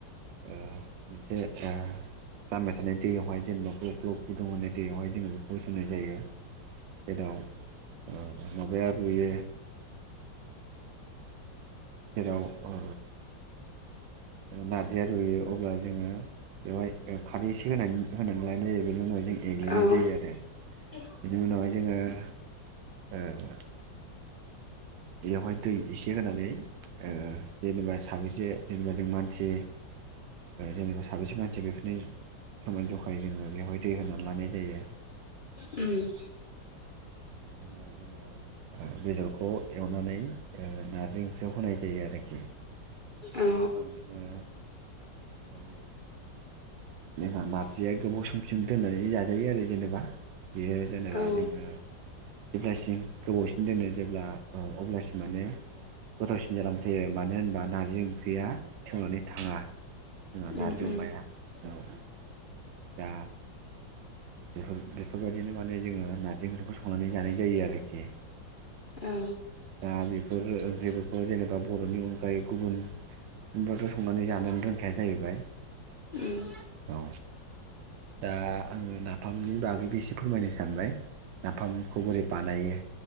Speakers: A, on the right (about 80°); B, on the left (about 55°).
A: ओ जे आ जाम्बाय थानाय दैयावहाय जेनेबा ग्लब ग्लब गुदुं होननाय दैयावहाय जोङो बे होसोननाय जायो जेराव ओ माबाया रुयो जेराव ओ नार्जिया रुयो अब्ला जोङो बेवहाय खारै एसे होनानै होनानै लानाय जायो बेनि उनाव जों एग्लिनाय
B: उम
A: जायो
B: औ
A: आरो
B: उम
A: बिनि उनावहाय जोङो ओ बेवहाय दै एसे होनानै ओ जेनेबा साबसे जेनेबा जों मानसि जेनेबा साबेसे मानसि बेफोरनि समान जखायै जोङो बेवहाय दै होनानै लानाय जायो।
B: उम
A: बेनि उनावहाय जोङो ओ बेदर खौ एवनानै ओ नारजि जिआव होनाय जायो आरोखि बिब्लाबो
B: औ
A: जोङो माने जोंहा नार्जिया गोबाव समसिम दोननानै जाजायो आरो जेनेबा बियो जेनेबा
B: औ
A: जोङो जेब्लासिम गोबावसिन दोनो जेब्ला अब्लासिम माने गोथावसिन जालांबाय थायो मानो होनबा नार्जि ओंख्रिया सेवनानै थाङा। जोंहा
B: उम
A: नारजि
B: उम
A: अमाया। औ। दा बेफोर बेफोरबायदिनो माने जोङो नारजि ओंख्रिखौ संनानै जानाय जायो आरोखि
B: औ
A: दा बे ओहो जेबोखौनो जेनेबा बर'नि अनगायै गुबुनबोथ' संनानै जानोनो रोंखाया जाहैबाय
B: उम
A: औ दा आङो नाफामनि बागैबो एसे फोरमायनो सानबाय नाफामखौ बोरै बानायो